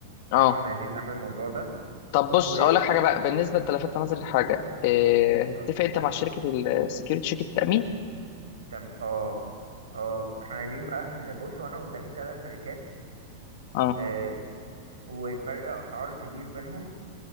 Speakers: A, on the left; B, on the right.
A: اه
B: يعني احنا عايزين نعمل الموضوع ده
A: طب بص
B: و...
A: اقول لك حاجة بقى بالنسبة انت لفتت نظري لحاجة إيه،
B: و...
A: هتتفق
B: طيب
A: انت مع شركة السكيورتي شركة التأمين
B: تم اه اه احنا عايزين بقى نبص وانا قدامي ثلاث شركات
A: اه
B: آه، وفرق اسعار كبير بينهم